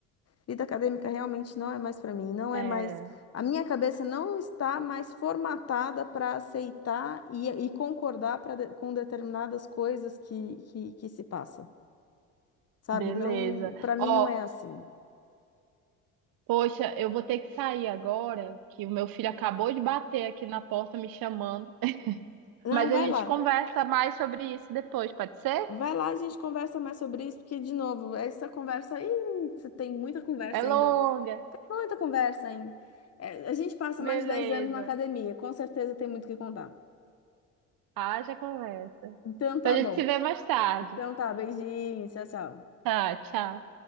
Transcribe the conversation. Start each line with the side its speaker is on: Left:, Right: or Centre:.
Left: Vida acadêmica realmente não é mais para mim, não
Right: É,
Left: é mais. A minha cabeça não está mais formatada para aceitar e, e concordar pra de- com determinadas coisas que, que, que se passa, sabe?
Right: beleza.
Left: Não, para mim
Right: Ó,
Left: não é assim.
Right: poxa, eu vou ter que sair agora, que o meu filho acabou de bater aqui na porta me chamando.
Left: Não,
Right: Mas
Left: vai
Right: a gente
Left: lá.
Right: conversa mais sobre isso depois, pode ser?
Left: Vai lá, a gente conversa mais sobre isso, porque, de novo, essa conversa aí, você tem muita conversa
Right: É longa.
Left: ainda. Muita conversa ainda. É, a gente passa
Right: Beleza.
Left: mais de 10 anos na academia, com certeza tem muito o que contar.
Right: Haja conversa.
Left: Então
Right: Então
Left: tá
Right: a gente
Left: bom.
Right: se vê mais tarde.
Left: Então tá, beijinho, tchau, tchau.
Right: Tá, tchau.